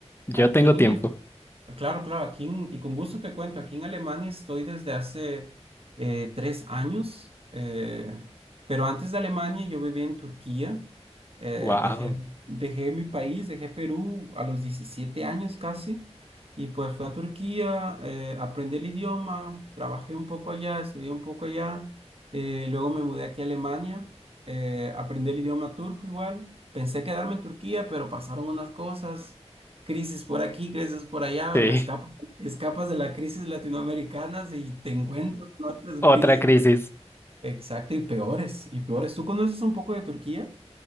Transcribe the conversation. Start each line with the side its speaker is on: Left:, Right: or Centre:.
Left: Yo
Right: aquí
Left: tengo
Right: en el-
Left: tiempo.
Right: Claro, claro, aquí en- y con gusto te cuento, aquí en Alemania estoy desde hace eh, tres años, eh, pero antes de Alemania yo vivía en Turquía, eh,
Left: Wow.
Right: dejé, dejé mi país, dejé Perú a los 17 años casi, y pues fui a Turquía, eh, aprendí el idioma, trabajé un poco allá, estudié un poco allá, eh, luego me mudé aquí a Alemania, eh, aprendí el idioma turco igual, pensé quedarme en Turquía, pero pasaron unas cosas crisis por aquí, crisis por allá,
Left: Sí.
Right: o sea, escapas, escapas de la crisis latinoamericana y te encuentras con otras
Left: <laughs> Otra
Right: <laughs> crisis.
Left: crisis.
Right: pero- Exacto, y peores, y peores. ¿Tú conoces un poco de Turquía?